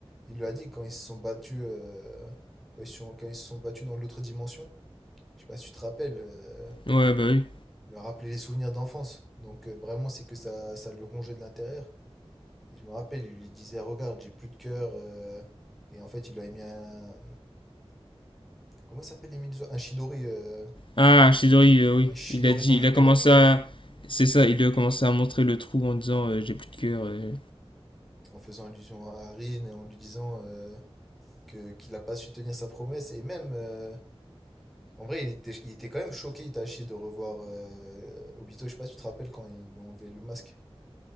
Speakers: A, in the centre; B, on the left.
A: il lui a dit quand ils se sont battus, euh, quand, ils se sont, quand ils se sont battus dans l'autre dimension. Je sais pas si tu te rappelles, euh,
B: Ouais, bah oui.
A: il lui a rappelé les souvenirs d'enfance. Donc euh, vraiment, c'est que ça, ça lui rongeait de l'intérieur. Et je me rappelle, il lui disait, regarde, j'ai plus de cœur. euh, Et en fait, il lui a mis un. Comment il s'appelle les Medusa Un Shidori. euh,
B: Ah, Shidori, euh, oui.
A: Un Shidori
B: Il a dit,
A: dans, <laughs>
B: il a commencé
A: dans le cœur.
B: à. C'est ça, il a commencé à montrer le trou en disant euh, j'ai plus de cœur. euh.
A: en faisant allusion à Rin et en lui disant euh, que qu'il n'a pas su tenir sa promesse. Et même, euh, en vrai, il était, il était quand même choqué, Itachi, de revoir euh, Obito. Je sais pas si tu te rappelles quand ils lui ont enlevé le masque.